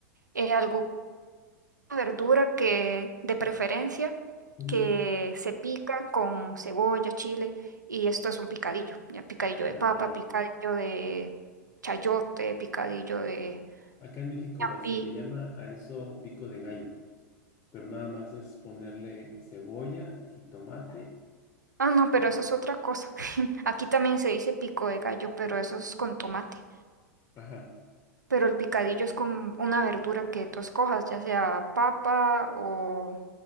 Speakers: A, on the right (about 80°); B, on the left (about 30°).
A: eh, alguna verdura que de preferencia
B: ujú.
A: que se pica con cebolla, chile y esto es un picadillo, ya picadillo
B: Ah,
A: de papa, picadillo de chayote, picadillo de
B: acá en México
A: ñapi.
B: se le llama a eso pico de gallo, pero nada más es ponerle cebolla, jitomate,
A: Ah, no, pero
B: eh,
A: eso es otra cosa. <laughs> Aquí también se dice pico de gallo, pero eso es con tomate.
B: ajá,
A: Pero el picadillo es con una verdura que tú escojas, ya sea papa o...